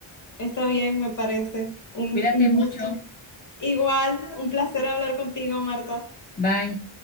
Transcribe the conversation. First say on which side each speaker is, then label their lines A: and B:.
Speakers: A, on the left; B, on the left.
A: Está bien, me parece. Un,
B: Cuídate
A: un
B: mucho.
A: gusto. Igual, un placer hablar contigo, Marta.
B: Bye.